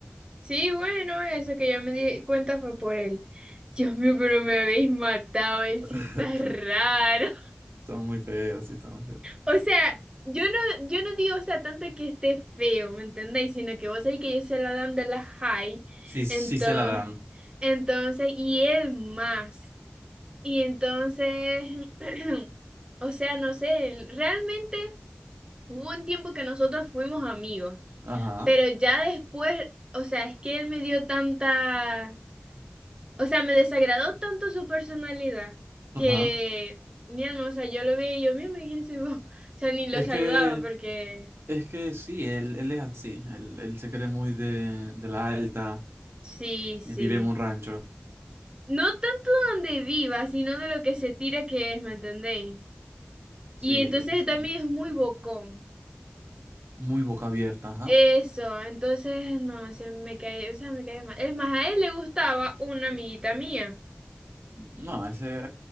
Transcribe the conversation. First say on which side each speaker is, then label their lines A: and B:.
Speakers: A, on the right; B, on the right.
A: Sí, bueno, eso que yo me di cuenta fue por él. Dios mío, pero me habéis matado, si
B: <laughs>
A: está raro. <laughs>
B: Está muy feo, sí, está muy feo.
A: O sea, yo no, yo no digo, o sea, tanto que esté feo, ¿me entendéis? Sino que vos sabéis que ellos se la dan de la high,
B: Sí, sí
A: entonces,
B: se la dan.
A: entonces, y él más. Y entonces, <clears throat> o sea, no sé, él- realmente hubo un tiempo que nosotros fuimos amigos,
B: Ajá,
A: pero ya después, o sea, es que él me dio tanta O sea, me desagradó tanto su personalidad que,
B: ajá.
A: mi alma, o sea, yo lo vi y yo, mira, ¿quién soy vos? <laughs> O sea, ni lo
B: Es
A: saludaba
B: que,
A: porque,
B: es que sí, él, él es así. Él, él se cree muy de, de la alta.
A: sí, sí.
B: Vive en un rancho.
A: No tanto donde viva, sino de lo que se tira que es, ¿me entendéis?
B: Sí,
A: Y entonces
B: sí,
A: también
B: sí.
A: es muy bocón.
B: Muy boca abierta, ajá.
A: Eso, entonces, no, se me cae, o sea, me cae mal. Es más, a él le gustaba una amiguita mía.
B: No, ese, ese